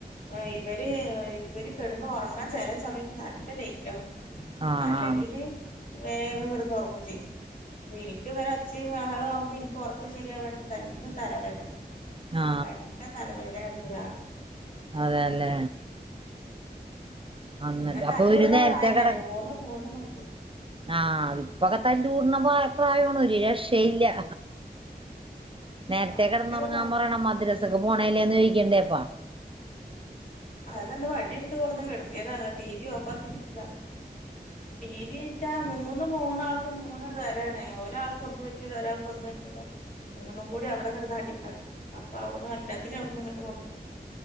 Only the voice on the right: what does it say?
ആ
ആ
ആ ആ
അതെല്ലേ അന്നിട്ട്
അപ്പൊ ഒരു നേരത്തെ
കിട
ആഹ് അതിപ്പൊക്കെ തല്ലൂട്ന്ന പ്രാ പ്രായാണ് ഒരു രക്ഷയില്ലാ നേരത്തെ
കെടന്നൊറങ്ങാൻ
പറയണം മദ്രസക്ക് പോണേയല്ലേന്ന് ചോയിക്കണ്ടേ അപ്പം